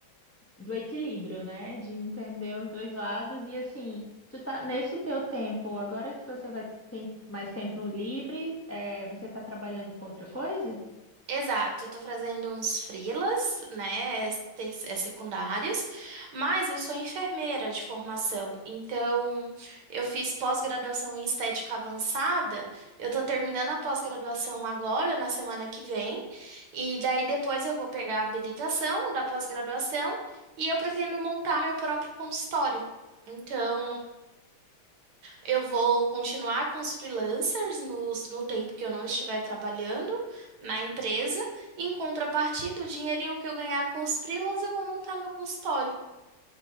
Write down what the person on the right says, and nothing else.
Exato, eu tô fazendo uns freelas, né, ter- é, secundários, mas eu sou enfermeira de formação, então eu fiz pós-graduação em estética avançada, eu tô terminando a pós-graduação agora, na semana que vem, e daí depois eu vou pegar a habilitação da pós-graduação e eu pretendo montar meu próprio consultório. Então, eu vou continuar com os freelancers no, no tempo que eu não estiver trabalhando na empresa. E, em contrapartida, o dinheirinho que eu ganhar com os freelas, eu vou montar meu consultório.